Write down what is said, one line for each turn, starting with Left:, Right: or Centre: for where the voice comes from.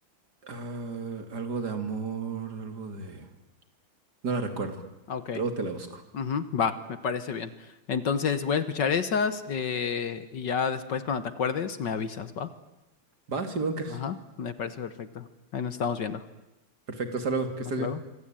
Right: Ah, algo de amor, algo de... No la recuerdo.
Left: Ah, Ok,
Right: Luego te la busco.
Left: Ujú, va, me parece bien. Entonces voy a escuchar esas eh, y ya después cuando te acuerdes me avisas, ¿va?
Right: Va, sin broncas.
Left: Ajá, me parece perfecto. Ahí nos estamos viendo.
Right: Perfecto, hasta luego, que estés
Left: Hasta
Right: bien.
Left: luego.